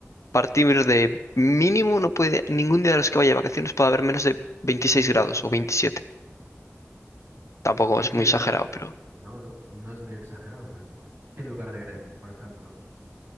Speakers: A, on the left (about 80°); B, on the right (about 45°).
A: Partir de mínimo no puede, ningún día de los que vaya de vacaciones puede haber menos de 26 grados o 27. Tampoco
B: Y
A: es
B: que
A: muy
B: la...
A: exagerado, pero
B: No, no, no es muy exagerado, pero... ¿Qué lugar de Grecia, por ejemplo?